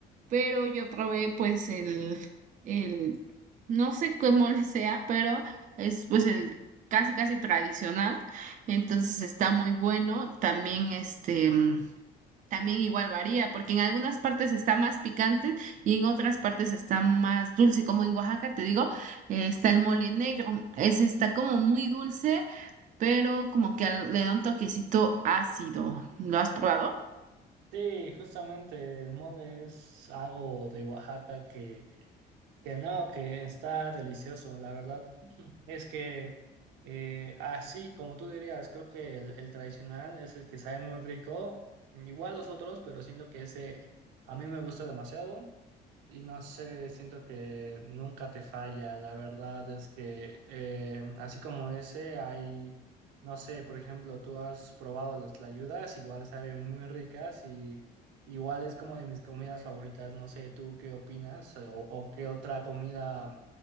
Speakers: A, on the right; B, on the right.
A: pero yo probé pues el, el, no sé cómo <laughs> le sea, pero es pues el casi casi tradicional, entonces está muy bueno, también este, mm, también igual varía, porque en algunas partes está más picante y en otras partes está más dulce, como en Oaxaca, te digo, eh, está el mole negro, ese está como muy dulce, pero como que al- le da un toquecito ácido, ¿lo has probado?
B: Sí, justamente el mole es algo de Oaxaca que, que no, que está delicioso. La verdad. Es que eh, así, como tú dirías, creo que el, el tradicional es el que sabe muy rico, igual los otros, pero siento que ese a mí me gusta demasiado y no sé, siento que nunca te falla. La verdad es que eh, así como ese hay, no sé, por ejemplo, tú has probado las tlayudas, igual saben muy ricas y igual es como de mis comidas favoritas. No sé, ¿tú qué opinas o o qué otra comida?